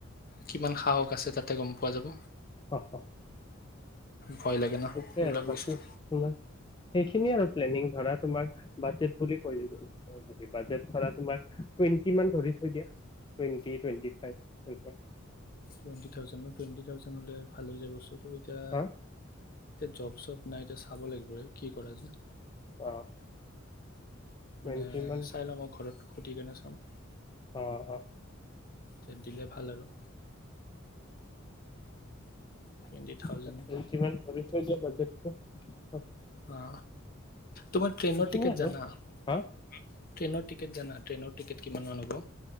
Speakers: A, on the left (about 45°); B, on the left (about 25°).
A: কিমান সাহস আছে তাতে গম পোৱা যাব।
B: অহ অহ
A: ভয় লাগে ন
B: সেইটোৱে
A: এইবিলাক
B: আৰু বাকী
A: বস্তু।
B: তোমাৰ সেইখিনি আৰু প্লেনিং ধৰা তোমাৰ। বাজেট বুলি কৈ দিলোঁ বাজেট ধৰা তোমাৰ টুৱেণ্টি মান ধৰি থৈ দিয়া টুৱেটি টুৱেটি ফাইভ এনেকুৱা।
A: টুৱেন্টি থাউজেণ্ড ন টুৱেন্টি থাউজেণ্ড হ'লে ভাল হৈ যাব চোন। কিন্তু এতিয়া
B: হা
A: এতিয়া জব চব নাই এতিয়া চাব লাগিব ৰে। কি কৰা যে
B: অ টুৱেণ্টি
A: মানে
B: মান
A: চাই লওঁ মই ঘৰত। সুধিকেনে চাম।
B: অ অ
A: তেত দিলে ভাল আৰু।
B: <inaudible>
A: টুৱেণ্টি থাউজেণ্ড
B: যিমান কৰি থৈছ বাজেট। <unintelligible>
A: অ তোমাৰ ট্ৰেইনৰ
B: সেইখিনিয়ে
A: টিকেট
B: আৰু
A: জানা ট্ৰেইনৰ
B: হা
A: টিকেট জানা ট্ৰেইনৰ টিকেট কিমান মান হ'ব।